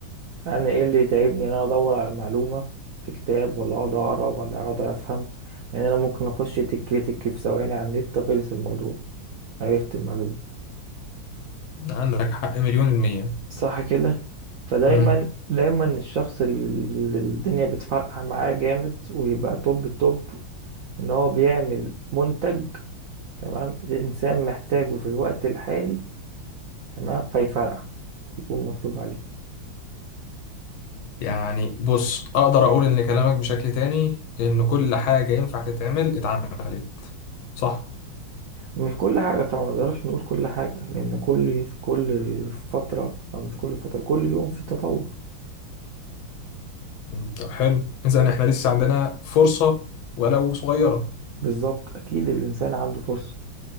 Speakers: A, on the right (about 75°); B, on the left (about 80°).
A: انا ايه اللي يتعبني ان انا ادور على معلومه في كتاب ولا اقعد اقرا ولا اقعد افهم يعني انا ممكن اخش تك تك في ثواني على النت خلص الموضوع عرفت المعلومه
B: عندك حق مليون المية
A: صح كده فدايما
B: مم.
A: دايما الشخص اللي الدنيا بتفرقع معاه جامد ويبقى توب التوب ان هو بيعمل منتج تمام الانسان محتاجه في الوقت الحالي تمام فيفرقع يكون مطلوب عليه
B: يعني بص اقدر اقول ان كلامك بشكل تاني ان كل حاجة ينفع تتعمل اتعملت صح
A: مش كل حاجة طبعا ما نقدرش نقول كل حاجة لأن كل كل فترة أو مش كل فترة كل يوم في تطور
B: مم، طب حلو اذا احنا لسه عندنا فرصة ولو صغيرة
A: بالظبط أكيد الإنسان عنده فرصة